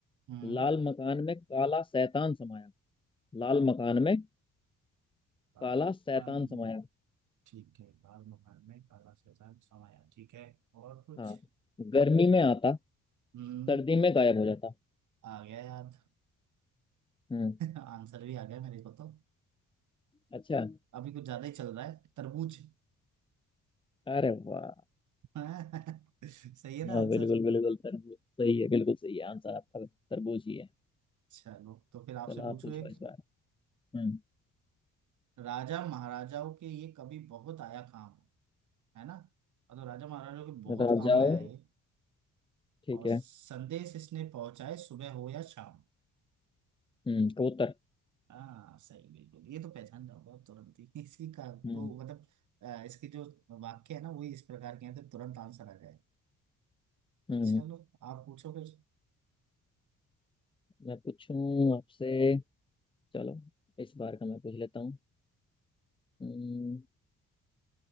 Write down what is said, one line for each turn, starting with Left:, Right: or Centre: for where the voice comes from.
Right: हम्म
Left: लाल मकान में काला शैतान समाया लाल मकान में
Right: काल
Left: काला शैतान
Right: अन-
Left: समाया
Right: ठीक है काल महान में कालाश के साथ समाया ठीक है और कुछ
Left: हाँ गर्मी में आता
Right: हम्म
Left: सर्दी में गायब हो जाता
Right: आ गया याद
Left: हम्म
Right: <laughs> आंसर भी आ गया मेरे को तो
Left: अच्छा
Right: अभी कुछ ज्यादा ही चल रहा है तरबूज
Left: अरे वाह
Right: <laughs> सही है ना
Left: हाँ,
Right: आंसर
Left: बिल्कुल बिल्कुल तरबूज सही है बिल्कुल सही है आंसर आपका तरबूज ही है
Right: चलो तो फिर आपसे
Left: चलो
Right: पूछो
Left: आप पूछो
Right: एक
Left: इस बार हम्म
Right: राजा महाराजाओं के ये कभी बहुत आया काम है ना और तो राजा महाराजाओं के बहुत
Left: मतलब आप
Right: काम
Left: जाओ
Right: आया है
Left: ठीक
Right: और
Left: है
Right: संदेश इसने पहुंचाए सुबह हो या शाम
Left: हम्म कबूतर
Right: हाँ सही बिल्कुल ये तो पहचान जाओगे आप तुरंत ही <laughs> इसी का
Left: हम्म
Right: वो मतलब अ, इसके जो वाक्य है ना वही इस प्रकार के हैं तो तुरंत आंसर आ जाए
Left: हम्म
Right: चलो आप पूछो फिर
Left: मैं पूछूं आपसे चलो इस बार का मैं पूछ लेता हूँ हम्म,